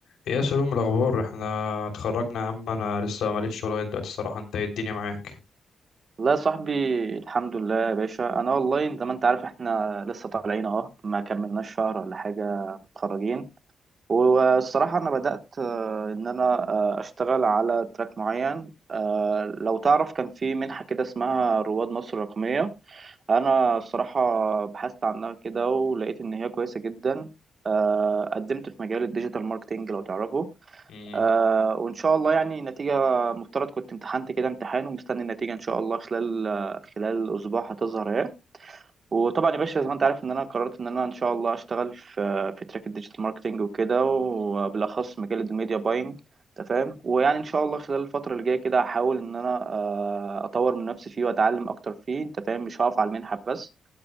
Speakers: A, on the left; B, on the right.
A: ايه يا سلوم الاخبار احنا اتخرجنا يا عم انا لسه ماليش شغل لغايه دلوقتي الصراحه انت ايه الدنيا معاك
B: والله يا صاحبي الحمد لله يا باشا انا والله زي ما انت عارف احنا لسه طالعين اه ما كملناش شهر ولا حاجه متخرجين والصراحه انا بدات آه، ان انا آه، اشتغل على تراك معين آه، لو تعرف كان في منحه كده اسمها رواد مصر الرقميه انا الصراحه بحثت عنها كده ولقيت ان هي كويسه جدا آه، قدمت في مجال الديجيتال ماركتينج لو تعرفه
A: مم.
B: آه وإن شاء الله يعني النتيجة مفترض كنت امتحنت كده امتحان ومستني النتيجة إن شاء الله خلال آه، خلال أسبوع هتظهر أهي وطبعا يا باشا زي ما أنت عارف إن أنا قررت إن أنا إن شاء الله أشتغل في في تراك الديجيتال ماركتينج وكده وبالأخص مجال الميديا باينج أنت فاهم ويعني إن شاء الله خلال الفترة اللي جاية كده هحاول إن أنا آه، أطور من نفسي فيه وأتعلم أكتر فيه أنت فاهم مش هقف على المنحة بس